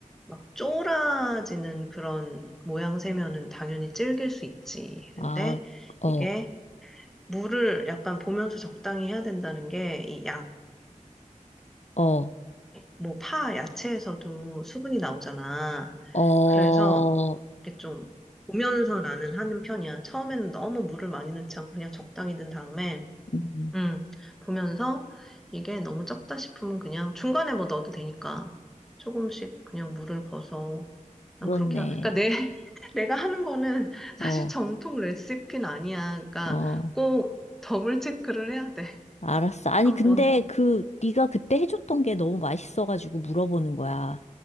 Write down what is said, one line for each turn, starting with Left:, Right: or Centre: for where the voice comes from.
Centre: 막 쫄아지는 그런 모양새면은 당연히 질길 수 있지.
Left: 아,
Centre: 근데
Left: 어,
Centre: 이게 물을 약간 보면서 적당히 해야 된다는 게, 이 양파,
Left: 어,
Centre: 뭐, 파, 야채에서도 수분이 나오잖아.
Left: 어.
Centre: 그래서, 이렇게 좀, 보면서 나는 하는 편이야. 처음에는 너무 물을 많이 넣지 않고 그냥 적당히 넣은 다음에,
Left: 음.
Centre: 음, 보면서 이게 너무 적다 싶으면 그냥 중간에 뭐 넣어도 되니까 조금씩 그냥 물을 벗어.
Left: 그렇네.
Centre: 난 그렇게, 하, 그러니까 내, <laughs> 내가 하는 거는 사실
Left: 어,
Centre: 정통 레시피는 아니야. 그러니까
Left: 어.
Centre: 꼭 더블 체크를 해야 돼.
Left: 알았어. 아니,
Centre: 한
Left: 근데
Centre: 번.
Left: 그, 네가 그때 해줬던 게 너무 맛있어가지고 물어보는 거야.